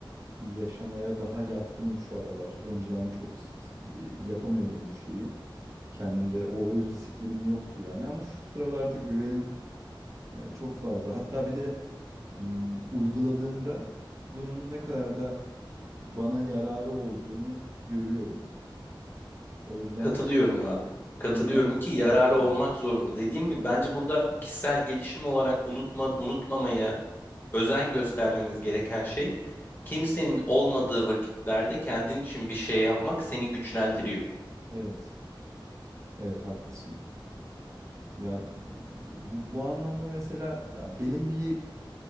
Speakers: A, on the right (about 40°); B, on the left (about 25°).
A: yaşamaya daha yatkınım şu aralar. Önceden çok s- s- yapamıyordum bu şeyi. Kendimde o öz disiplinim yoktu yani ama şu sıralarda güvenim e, çok fazla. Hatta bir de m, uyguladığımda bunun ne kadar da bana yararı olduğunu görüyorum. O yüzden
B: Katılıyorum abi. Katılıyorum
A: o yüzden yapmaya
B: ki yararı
A: devam ediyorum.
B: olmak zorunda. Dediğim gibi bence burada kişisel gelişim olarak unutma, unutmamaya özen göstermemiz gereken şey kimsenin olmadığı vakitlerde kendin için bir şey yapmak seni güçlendiriyor.
A: evet. Evet haklısın. Ya bu bu anlamda mesela ya benim bir